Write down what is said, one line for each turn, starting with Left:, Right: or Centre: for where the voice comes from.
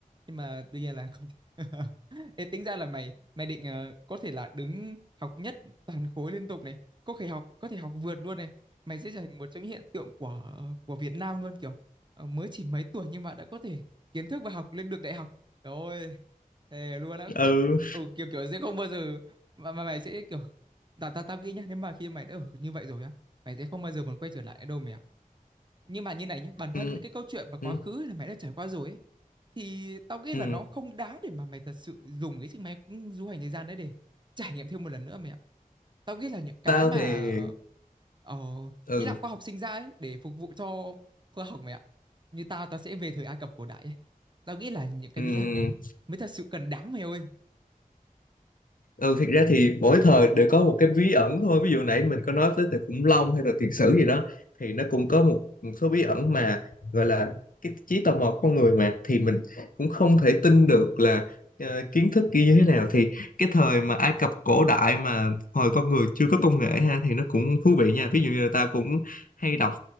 Right: nhưng mà tuy nhiên là không thể <laughs> Ê, tính ra là mày mày định ờ, có thể là đứng học nhất toàn khối liên tục này có thể học có thể học vượt luôn này mày sẽ trở thành một trong những hiện tượng của của Việt Nam luôn kiểu ờ, mới chỉ mấy tuổi nhưng mà đã có thể kiến thức và học lên được đại học rồi ơi thề luôn á
Left: ừ
Right: sẽ ừ, kiểu kiểu sẽ không bao giờ mà, mà mày sẽ kiểu tao tao tao nghĩ nhá nếu mà khi mày đã ở như vậy rồi á mày sẽ không bao giờ muốn quay trở lại đâu mẹ ạ nhưng mà như này nhé bản
Left: ừ
Right: thân cái câu chuyện và quá
Left: ừ,
Right: khứ là mày đã trải qua rồi ấy thì tao nghĩ
Left: ừ.
Right: là nó không đáng để mà mày thật sự dùng cái chiếc máy du hành thời gian đấy để trải nghiệm thêm một lần nữa mẹ ạ tao nghĩ là những cái
Left: tao
Right: mà
Left: thì
Right: ờ,
Left: ừ
Right: ý là khoa học sinh ra ấy để phục vụ cho khoa học mẹ ạ như tao tao sẽ về thời Ai Cập cổ đại ấy tao nghĩ là những cái
Left: ừ
Right: bí ẩn đấy mới thật sự cần đáng mày ơi
Left: ừ thiệt ra thì mỗi thời đều có một cái bí ẩn thôi ví dụ nãy mình có nói tới từ khủng long hay là thiệt sử gì đó thì nó cũng có một, một số bí ẩn mà gọi là cái trí tò mò của con người mà thì mình cũng không thể tin được là ờ, kiến thức kia như thế nào thì cái thời mà Ai Cập cổ đại mà hồi con người chưa có công nghệ ha thì nó cũng thú vị nha ví dụ như là tao cũng hay đọc